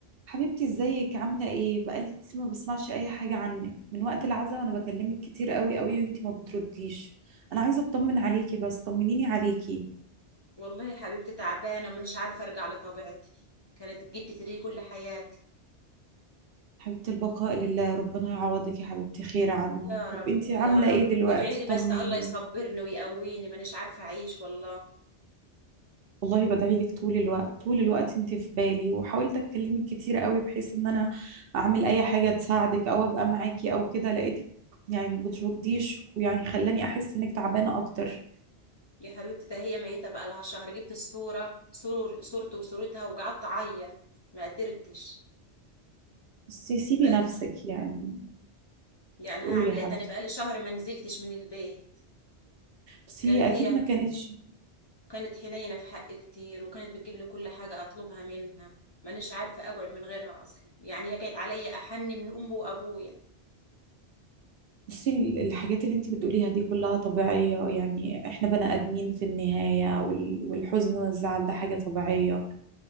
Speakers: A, on the right (about 65°); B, on the left (about 30°).
A: حبيبتي ازيك عاملة ايه بقالي كتير ما بسمعش اي حاجة عنك من وقت العزاء وانا بكلمك كتير قوي قوي وانتي ما بترديش انا عايزة اطمن عليكي بس طمنيني عليكي
B: والله يا حبيبتي تعبانة ومش عارفة أرجع لطبيعتي كانت جدتي دي كل حياتي
A: حبيبة البقاء لله ربنا يعوضك يا حبيبتي خير عنها
B: يا رب
A: طب انتي
B: يا
A: عاملة
B: رب
A: ايه دلوقتي
B: ادعي لي بس
A: طمنيني
B: الله يصبرني ويقويني مانيش عارفة أعيش والله
A: والله بدعي لك طول الوقت طول الوقت انتي في بالي وحاولت اكلمك كتير قوي بحيث ان انا اعمل اي حاجة تساعدك او ابقى معاكي او كده لقيتك يعني ما بترديش ويعني خلاني احس انك تعبانة اكتر
B: يا حبيبتي ده هي ميتة بقى لها شهر جبت الصورة صور صورتي وصورتها وقعدت أعيط ما قدرتش
A: بس سيبي
B: ما قدرت
A: نفسك يعني
B: يعني هعمل
A: قولي يا حبيبتي
B: إيه تاني بقى لي شهر ما نزلتش من البيت
A: بس
B: كانت
A: هي اكيد
B: هي
A: ما كانتش
B: كانت حنينة في حقي كتير وكانت بتجيب لي كل حاجة أطلبها منها مانيش عارفة أقعد من غيرها أصلا يعني هي كانت عليا أحن من أمي وأبويا
A: بصي ال- الحاجات اللي انت بتقوليها دي كلها طبيعية يعني احنا بني ادمين في النهاية وال- والحزن والزعل ده حاجة طبيعية